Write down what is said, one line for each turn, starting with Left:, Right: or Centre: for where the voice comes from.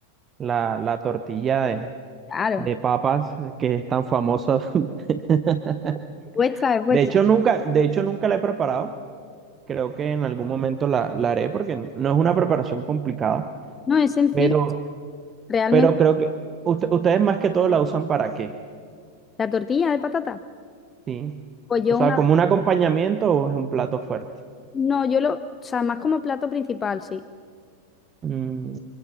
Right: la, la tortilla de,
Left: Claro.
Right: de papas que es tan famosa. <laughs>
Left: Es vuestra, es vuestra.
Right: De hecho, nunca, de hecho, nunca la he preparado. Creo que en algún momento la, la haré porque no es una preparación complicada,
Left: No, es sencillo.
Right: pero,
Left: Realmente,
Right: pero creo que usted- ustedes más que todo la usan para qué,
Left: la tortilla de patata.
Right: ¿sí?
Left: Pues yo
Right: O sea,
Left: una
Right: como
Left: vez,
Right: un acompañamiento o es un plato fuerte.
Left: no, yo lo, o sea, más como plato principal, sí.
Right: Mm,